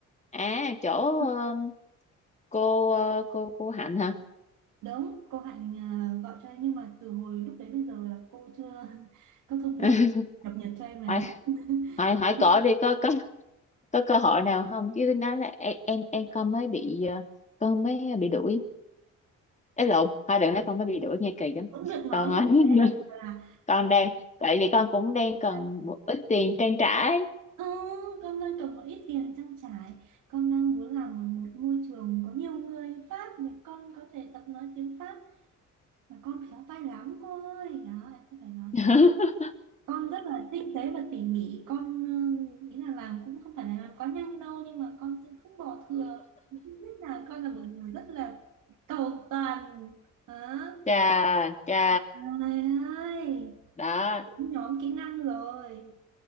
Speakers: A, on the left; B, on the right.
A: à chỗ
B: Ừ.
A: ờ, cô ờ, cô cô Hạnh hả
B: đúng cô Hạnh ờ, gọi cho em nhưng mà từ hồi lúc đấy bây giờ là cô chưa <laughs> có thông
A: <laughs>
B: tin cập nhật cho em này
A: hỏi
B: cũng
A: hỏi hỏi
B: <laughs>
A: cổ đi có có có cơ hội nào không chứ nói là em em em con mới bị ờ, con mới bị đuổi ấy lộn thôi đừng nói con mới bị đuổi nghe kỳ lắm
B: cũng được nói
A: con
B: như
A: ơi
B: thế
A: <laughs>
B: là
A: con đang tại vì con cũng đang cần
B: ờ,
A: một ít tiền trang trải
B: Ờ, con đang cần một ít tiền trang trải con đang muốn làm ở một môi trường có nhiều người Pháp để con có thể tập nói tiếng Pháp mà con khéo tay lắm cô ơi đó em sẽ phải nói
A: <laughs>
B: như thế con rất là tinh tế và tỉ mỉ con ừ, ý là làm cũng không phải là làm quá nhanh đâu nhưng mà con sẽ không bỏ thừa Thứ nhất là con là một người rất là cầu toàn hả?
A: chà chà
B: trời ơi
A: đó
B: Cũng nhóm kỹ năng rồi